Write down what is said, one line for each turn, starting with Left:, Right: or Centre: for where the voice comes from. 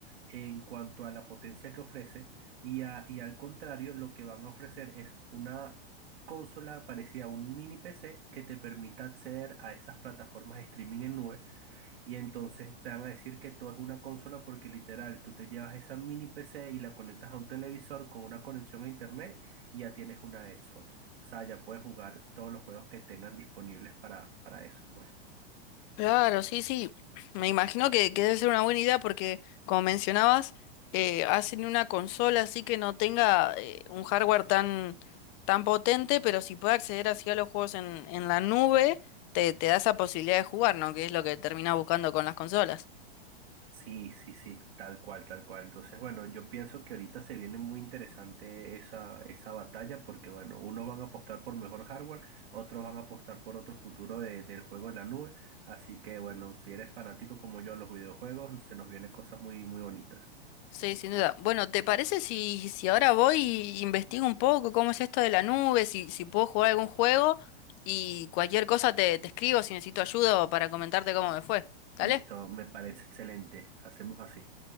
Right: en cuanto a la potencia que ofrece y, a- y al contrario, lo que van a ofrecer es una consola parecida a un mini PC que te permita acceder a esas plataformas de streaming en nube y entonces te van a decir que todo es una consola porque literal tú te llevas esa mini PC y la conectas a un televisor con una conexión a internet y ya tienes una Xbox. O sea, ya puedes jugar todos los juegos que tengan disponibles para, para eso, pues.
Left: Claro, sí, sí. Me imagino que, que debe ser una buena idea porque, como mencionabas, eh, hacen una consola así que no tenga eh, un hardware tan, tan potente, pero si puede acceder así a los juegos en, en la nube, te, te da esa posibilidad de jugar, ¿no? Que es lo que terminas buscando con las consolas.
Right: Sí, sí, sí, tal cual, tal cual. Entonces, bueno, yo pienso que ahorita se viene muy interesante esa, esa batalla porque, bueno, unos van a apostar por mejor hardware, otros van a apostar por otro futuro de- del juego en la nube. Así que, bueno, si eres fanático como yo a los videojuegos, se nos vienen cosas muy, muy bonitas.
Left: Sí, sin duda. Bueno, ¿te parece si, si ahora voy y investigo un poco cómo es esto de la nube, si, si puedo jugar algún juego y cualquier cosa te, te escribo si necesito ayuda o para comentarte cómo me fue? ¿Dale?
Right: Listo, me parece excelente. Hacemos así.